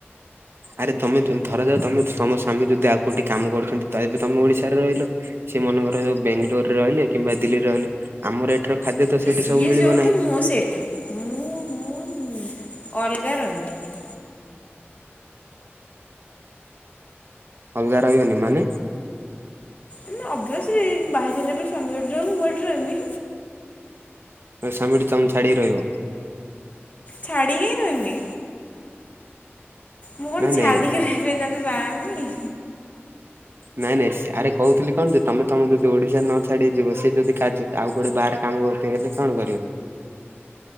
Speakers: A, on the right; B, on the left.
A: ଆରେ ତମେ ଧର ଯାଉ ତମେ ତମ ସ୍ୱାମୀ ଯଦି ଆଉ କଉଠି କାମ କରୁଛନ୍ତି ତ ଏବେ ତମେ ଓଡିଶାରେ ରହିଲ। ସେ ମନେକର ହଉ ବେଙ୍ଗାଲୋରରେ ରହିଲେ କିମ୍ବା ଦିଲ୍ଲୀରେ ରହିଲେ ଆମର ଏଠିର ଖାଦ୍ୟ ତ ସେଠି
B: ସିଏ
A: ସବୁ ମିଳିବ
B: ଯୋଉଠି
A: ନାହିଁ।
B: ମୁଁ ସେଠି ମୁଁ-ମୁଁ ଅଲଗା ରହିବିନି।
A: ଅଲଗା ରହିବନି ମାନେ
B: ନା ଅଭିଅସଲି ବାହା ହୋଇସାରିଲା ପରେ ସ୍ୱାମୀ ଜଉଠି ରହିବ ମୁଁ ହେଠି ରହିବି।
A: ସ୍ୱାମୀଠୁ ତମେ ଛାଡ଼ିକି ରହିବ।
B: ଛାଡିକି କାଇଁ ରହିମି। ମୁଁ କଣ
A: ନାଇଁ
B: ଛାଡ଼ିକି
A: ନାଇଁ
B: ରାହିବା ପାଇଁ ତାକୁ ବାହା ହେମି।
A: ନାଇଁ ନାଇଁ ଆରେ କହୁଥିଲି କଣ ଯେ ତମେ ତମ ଯଦି ଓଡିଶାରେ ନ ଛାଡ଼ିକି ଯିବ ସିଏ ଯଦି କାର୍ଯ୍ୟ ଆଉ କୁଆଡେ଼ ବାହାରେ କାମ କରୁଥିବ ହେଲେ କଣ କରିବ?